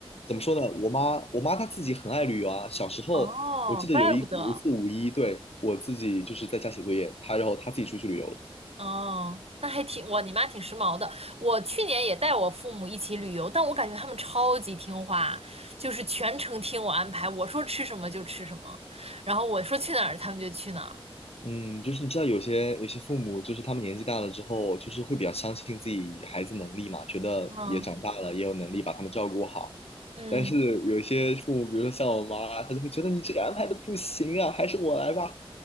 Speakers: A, on the left; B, on the right.
A: 怎么说呢？我妈，我妈她自己很爱旅游啊。小时候，
B: 哦，
A: 我记得有一有一次五一，
B: 怪不得。
A: 对，我自己就是在家写作业，她然后她自己出去旅游了。
B: 哦，那还挺，哇，你妈挺时髦的。我去年也带我父母一起旅游，但我感觉他们超级听话，就是全程听我安排，我说吃什么就吃什么，然后我说去哪儿他们就去哪儿。
A: 嗯，就是你知道有些有些父母，就是他们年纪大了之后，就是会比较相信自己孩子能力嘛，觉得也长大了，
B: 嗯
A: 也有能力把他们照顾好。
B: 嗯，
A: 但是有一些父母，比如说像我妈啊，她就会觉得你这个安排的不行啊，还是我来吧。